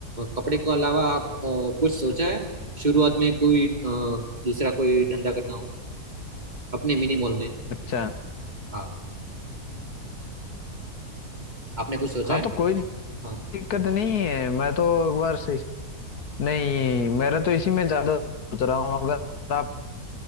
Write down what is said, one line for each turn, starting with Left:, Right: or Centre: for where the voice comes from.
Right: कपड़े के अलावा आप अ, कुछ सोचा है शुरुआत में कोई अ, दूसरा कोई धंधा करना हो अपने मिनी मॉल में
Left: अच्छा
Right: हाँ आपने कुछ सोचा
Left: हाँ
Right: है
Left: तो कोई
Right: हाँ
Left: दिक्कत नहीं है मैं तो एक बार से नहीं मेरा तो इसी में ज्यादा सोच रहा हूँ अगर आपका